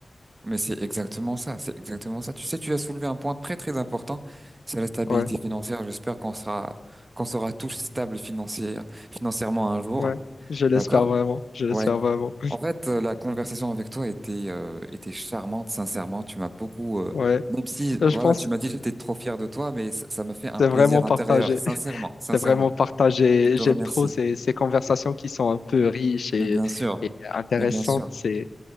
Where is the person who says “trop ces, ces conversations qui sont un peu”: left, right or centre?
Left